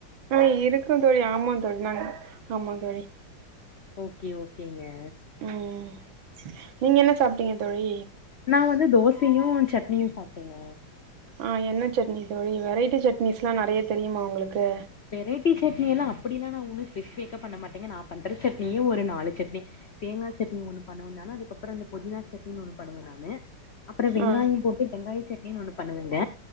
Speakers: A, on the right; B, on the left.
A: ஆ இருக்கு தோழி ஆமா தோழி நாங்க ஆமா தோழி
B: ஓகே ஓகேங்க
A: ம் நீங்க என்ன சாப்டீங்க தோழி
B: நா வந்து தோசையு சட்னியு சாப்டேங்க
A: ஆ என்ன சட்னி தோழி வெரைட்டி சட்னிஸ் எல்லா நறைய தெரியுமா உங்களுக்கு
B: வெரைட்டி சட்னி எல்லாம் அப்டிலா நா ஒன்னு ஸ்பெசிபிக்கா பண்ண மாட்டேங்க நா பண்ற சட்னியே ஒரு நாலு சட்னி தோங்கா சட்னி ஒன்னு பண்ணுவேனா னா அதுக்கப்புறம் அந்த புதினா சட்டின்னு ஒன்னு பண்ணுவை நானு அப்புறம் வெங்காயம்
A: ஆ
B: போட்டு வெங்காய சட்னின்னு ஒன்னு பண்ணுவேங்க